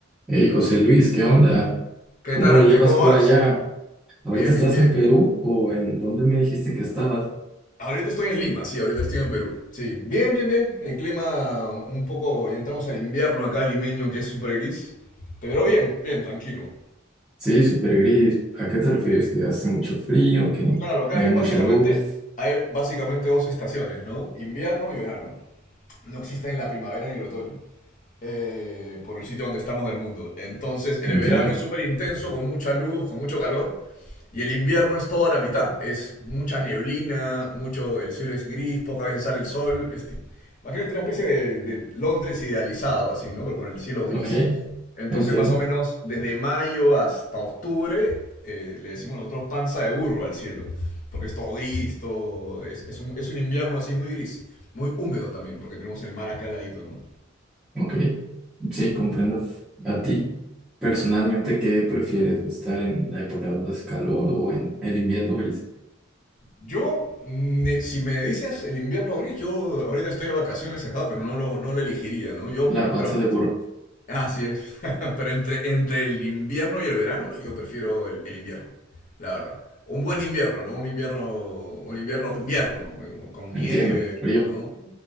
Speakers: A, in the centre; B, on the left (about 40°).
A: Hey, José Luis, ¿qué onda?
B: ¿Qué
A: ¿Cómo
B: tal,
A: lo
B: Ángel?
A: llevas
B: ¿Cómo
A: por
B: vas?
A: allá? ¿Ahorita
B: Bien,
A: estás
B: bien, bien.
A: en Perú o en dónde me dijiste que estabas?
B: Ahorita estoy en Lima, sí, ahorita estoy en Perú. Sí, bien, bien, bien. El clima un poco, ya entramos al invierno acá limeño, que es súper gris. Pero bien, bien, tranquilo.
A: Sí, súper gris. ¿A qué te refieres?
B: Sí,
A: ¿Que hace mucho frío? ¿Que
B: claro, acá
A: no
B: hay
A: hay mucha
B: básicamente,
A: luz?
B: hay básicamente dos estaciones, ¿no? Invierno y verano. No existen la primavera ni el otoño. eh, por el sitio donde estamos del mundo. Entonces, el
A: Entiendo.
B: verano es súper intenso, con mucha luz, con mucho calor. Y el invierno es toda la mitad. Es mucha neblina, mucho, el cielo es gris, pocas veces sale el sol. Es ti- imagínate una especie de, de Londres idealizado, así, ¿no? Pero con el cielo gris.
A: Ok,
B: Entonces,
A: entiendo.
B: más o menos desde mayo hasta octubre, eh, le decimos nosotros panza de burro al cielo. Porque es todo gris, todo. Es, es un, es un invierno así muy gris. Muy húmedo también, porque tenemos el mar acá al ladito, ¿no?
A: Ok, sí, comprendo. ¿A ti personalmente qué prefieres? ¿Estar en la época donde hace calor o en el invierno gris?
B: Yo, mm, eh, si me dices el invierno gris, yo ahorita estoy de vacaciones acá, pero no lo, no lo elegiría, ¿no? Yo,
A: La
B: y- pero,
A: panza de burro.
B: así es. <laughs> Pero entre, entre el invierno y el verano, yo prefiero el, el invierno, la verdad. Un buen invierno, ¿no? Un invierno, un invierno, invierno, con, con
A: Entiendo.
B: nieve,
A: Frío,
B: ¿no?